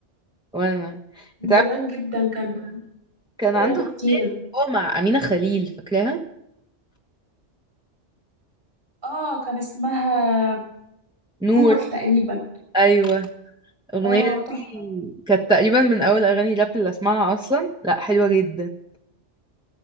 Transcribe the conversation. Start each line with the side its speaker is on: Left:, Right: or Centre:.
Centre: وانا
Right: من
Centre: انت
Right: زمان
Centre: عارفة
Right: جدا كان
Centre: كان
Right: اغاني
Centre: عنده اغنية
Right: كتيره
Centre: هو مع أمينة خليل فاكراها
Right: اه كان اسمها
Centre: نور
Right: نور تقريبا
Centre: ايوه الأغنية
Right: اه تحفه
Centre: دي كانت تقريبا من أول أغاني راب اللي أسمعها أصلا لأ حلوة جدا